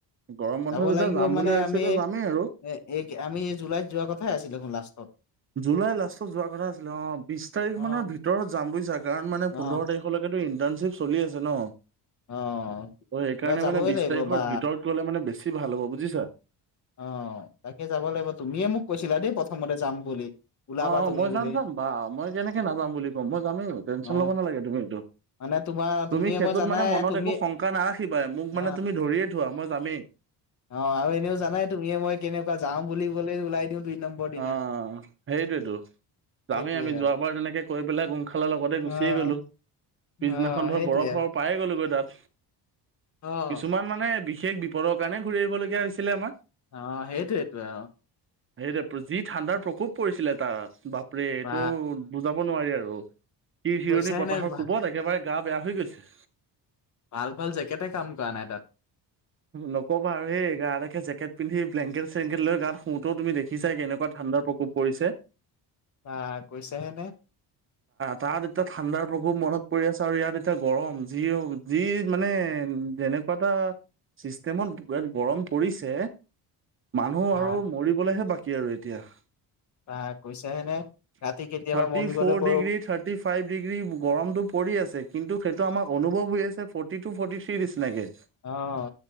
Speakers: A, on the right; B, on the left.
A: গৰম বন্ধ
B: যাব
A: যেতিয়া
B: লাগিব
A: যাম বুলি
B: মানে
A: ভাবিছোঁ
B: আমি
A: এতিয়া যামেই আৰু।
B: এ এই আমি জুলাইত যোৱা কথাই আছিল দেখোন লাষ্টত।
A: জুলাই লাষ্টত যোৱা কথা আছিলে অ বিচ তাৰিখ
B: অ
A: মানৰ ভিতৰত যাম বুজিছা কাৰণ মানে
B: অ
A: পোন্ধৰ তাৰিখলৈকে ইন্টাৰ্ণশ্বিপ চলি আছে ন।
B: অ
A: অ সেইকাৰণে
B: এইবাৰ যাবই
A: মানে বিচ
B: লাগিব
A: তাৰিখৰ
B: বা
A: ভিতৰত গ'লে মানে বেছি ভাল হ'ব বুজিছা।
B: অহ, তাকে যাব লাগিব তুমিয়ে মোক কৈছিলা দেই প্ৰথমতে যাম বুলি। ওলাবা
A: অহ - অহ
B: তুমি
A: মই
B: বুলি
A: যাম -যাম বা মই কেনেকৈ নাযাম বুলি ক'ম মই যামেই টেনশ্যন
B: অ
A: ল'ব নালাগে তুমি এইটো।
B: মানে
A: <inaudible>
B: তোমাৰ
A: তুমি
B: তুমিয়ে
A: সেইটোত
B: মই জানাই
A: মানে মনত
B: তুমি
A: একো শংকা নাৰাখিবাই মোক
B: অ
A: মানে তুমি ধৰিয়ে থোৱা মই যামেই।
B: অ অ আৰু এনেও জানাই তুমিয়ে মই কেনেকুৱা যাওঁ বুলি কলে ওলাই দিওঁ দুই নম্বৰ দিনা
A: আহ, সেইটোৱেতো।
B: সেইটোয়ে
A: যামেই আমি যোৱাবাৰ তেনেকে কৈ
B: আৰু
A: পেলাই গোমখালাৰ লগতে
B: অ',
A: গুচিয়ে গলোঁ। পিছদিনাখন
B: অ', সেইটোৱে
A: ধৰক বৰফ- বৰফ পাই গ'লোগৈ তাত।
B: অ',
A: কিছুমান মানে বিশেষ বিপদৰ কাৰণে ঘূৰি আহিবলগীয়া হৈছিলে আমাৰ।
B: অহ, সেইটোৱেতো আও।
A: সেইটোৱে যি ঠাণ্ডাৰ প্ৰকোপ পৰিছিলে তাত বাপৰে এইটো
B: বা
A: বুজাব নোৱাৰি আৰু। শিৰ- শিৰণি
B: কৈছাহে
A: বতাহৰ
B: নে ভা
A: কোবত একেবাৰে গা- বেয়া হৈ গৈছে।
B: ভাল- ভাল জেকেটে কাম কৰা নাই তাত।
A: নকবা আৰু সেই গা দেখে জেকেট পিন্ধি ব্লেংকেট -চেংকেট লৈ গাত শোওঁতেও তুমি দেখিছাই কেনেকুৱা ঠাণ্ডাৰ প্ৰকোপ পৰিছে।
B: বাহ কৈছা হে নে।
A: তাত এতিয়া ঠাণ্ডাৰ প্ৰকোপ মনত পৰি আছে আৰু ইয়াত এতিয়া গৰম যি -যি মানে যেনেকুৱা এটা চিষ্টেমত গৰম পৰিছে মানুহ
B: বা
A: আৰু মৰিবলেহে বাকী আৰু এতিয়া। <inaudible>
B: বা কৈছাহে নে ৰাতি কেতিয়াবা
A: থাৰ্টি
B: মন গ'লে
A: ফ'ৰ
B: বৰষুণ
A: ডিগ্ৰী থাৰ্টি- ফাইভ ডিগ্ৰী গৰম পৰি আছে কিন্তু সেইটো আমাৰ অনুভৱ হৈ আছে ফৰ্টি টু -ফৰ্টি থ্ৰী নিচিনাকে।
B: অহ,